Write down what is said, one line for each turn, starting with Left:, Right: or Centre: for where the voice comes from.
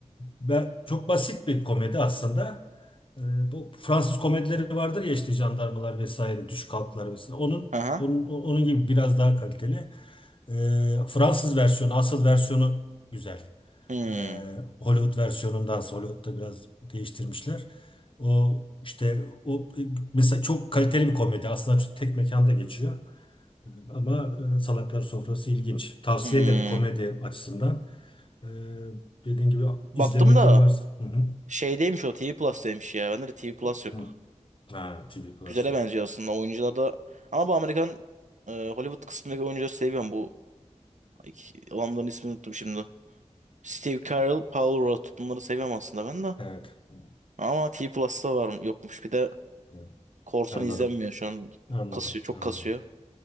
Left: ve çok basit bir komedi aslında. E, bu Fransız komedileri vardır ya işte jandarmalar vesaire, düş kalklar vesaire. Onun
Right: Aha.
Left: onun, onun gibi biraz daha kaliteli. E, Fransız versiyonu, asıl versiyonu güzel.
Right: Hmm.
Left: E, Hollywood versiyonundansa Hollywood'da biraz değiştirmişler. O işte o e, mesela çok kaliteli bir komedi. Aslında tek mekanda geçiyor. Ama e, Salaklar Sofrası ilginç. Tavsiye
Right: Hmm.
Left: ederim komedi açısından. E, dediğin gibi
Right: Baktım
Left: izlemediğin
Right: da
Left: varsa. Hı hı.
Right: şeydeymiş o TV Plus'taymış ya. Bende de TV Plus yok.
Left: Hı. Ha, TV Plus
Right: güzele
Left: yok.
Right: benziyor aslında. Oyuncular da ama bu Amerikan e, Hollywood kısmındaki oyuncuları seviyorum. Bu iki, adamların ismini unuttum şimdi. Steve Carell, Paul Rudd bunları seviyorum aslında ben de.
Left: Evet. Hı,
Right: Ama T Plus'ta var yokmuş. Bir de
Left: hı.
Right: Korsan
Left: Anladım.
Right: izlenmiyor şu an.
Left: Anladım.
Right: Kasıyor, çok
Left: Anladım.
Right: kasıyor.